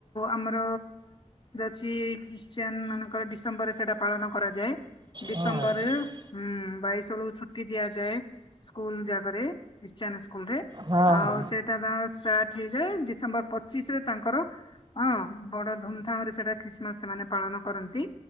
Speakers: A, on the left (about 40°); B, on the right (about 35°).
A: ଆମର ଅଛି ଖ୍ରୀଷ୍ଟିୟନ ମାନଙ୍କର ଡିସେମ୍ବରରେ ସେଇଟା ପାଳନ କରାଯାଏ ଡିସେମ୍ବରରୁ
B: ହଁ ଆଚ୍ଛା
A: ହୁଁ ବାଇଶ ବେଳକୁ ଛୁଟି ଦିଆଯାଏ ସ୍କୁଲ ଜାକରେ ଖ୍ରୀଷ୍ଟିୟନ ସ୍କୁଲରେ।
B: ହଁ ହଁ
A: ଆଉ ସେଇଟା ତାଙ୍କ ଷ୍ଟାର୍ଟ ହେଇଯାଏ ଡିସେମ୍ବର ପଚିଶରେ ତାଙ୍କର ହଁ ବଡ ଧୁମଧାମରେ ସେଟା ଖ୍ରୀଷ୍ଟମାସ ସେମାନେ ପାଳନ କରନ୍ତି